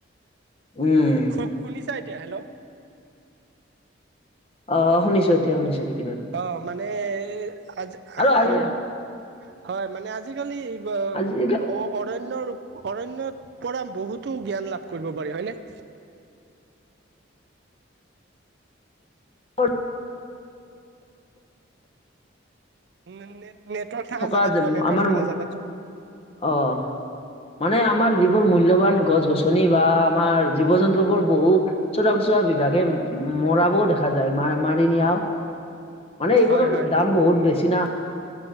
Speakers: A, on the left; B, on the right.
A: উম।
B: শু শুনিছা এতিয়া? হেল্ল'
A: অ শুনিছো এতিয়া শুনিছো নেকি তৰ
B: অ মানে এ আজি,
A: আৰু আজি
B: হয় হয় মানে আ আজিকালি ব
A: আজিকালি
B: অ অৰণ্যৰ অৰণ্যত পৰা বহুতো জ্ঞান লাভ কৰিব পাৰি হয়নে?
A: <unintelligible>
B: উ নেট নে নেটৱৰ্ক থাকা
A: থকা
B: জাগাত
A: যে
B: যোৱা নেটৱৰ্ক
A: আমাৰ
B: থাকা জাগাত যোৱা।
A: অ অহ। মানে আমাৰ যিবোৰ মূল্যৱান গছ-গছনি বা আমাৰ জীৱ জন্তুবোৰ বহু- চোৰাংচোৱা বিভাগে ম মৰাবও দেখা যায় মা মাৰি নিয়াও। মানে এইবোৰৰ
B: হয় হয়
A: দাম বহুত বেছি না।